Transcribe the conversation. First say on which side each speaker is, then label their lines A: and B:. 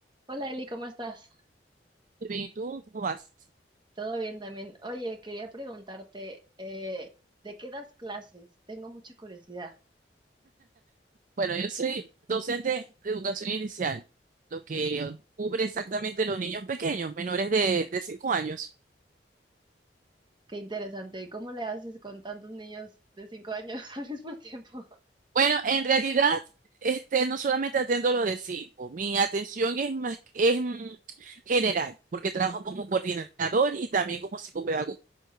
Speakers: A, on the right (about 25°); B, on the right (about 45°).
A: Hola Eli, ¿cómo estás?
B: Muy Bien, ¿y tú cómo vas?
A: Todo bien también. Oye, quería preguntarte, eh, ¿de qué das clases? Tengo mucha curiosidad.
B: Bueno, yo soy docente de educación inicial, lo que cubre exactamente los niños pequeños, menores de, de 5 años.
A: Qué interesante. ¿Y cómo le haces con tantos niños de cinco años <laughs> al mismo tiempo?
B: Bueno, en realidad, este, no solamente atendo los de cinco mi atención es más, es mm, general, porque trabajo como coordinador y también como psicopedagogo.